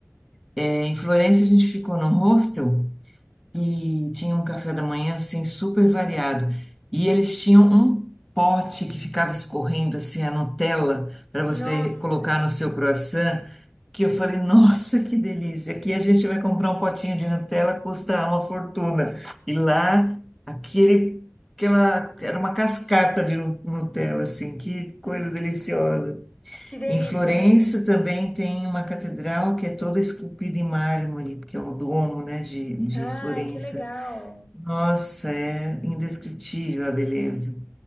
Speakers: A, in the centre; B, on the left.
A: É, em Florença a gente ficou no hostel. que tinha um café da manhã assim super variado. E eles tinham um pote que ficava escorrendo assim a Nutella para você
B: Nossa,
A: colocar no seu croissant, que eu falei, nossa, que delícia. Aqui a gente vai comprar um potinho de Nutella, custa uma fortuna. E lá, aquele Aquela, era uma cascata de Nu- Nutella, assim, que coisa
B: hum,
A: deliciosa.
B: que delícia,
A: Em Florença
B: né?
A: também tem uma catedral que é toda esculpida em mármore, que é o Duomo, né, de, de
B: Ai,
A: Florença.
B: que legal.
A: Nossa, é indescritível a beleza.